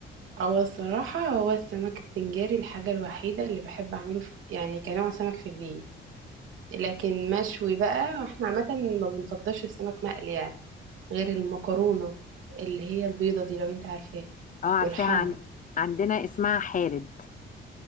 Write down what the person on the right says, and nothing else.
هو الصراحه هو السمك السنجاري الحاجه الوحيده اللي بحب اعمله في يعني كنوع سمك في البيت لكن مشوي بقى واحنا عامه ما بنفضلش السمك مقلي يعني غير المكرونة اللي هي البيضة دي لو انت عارفاها
والحمرا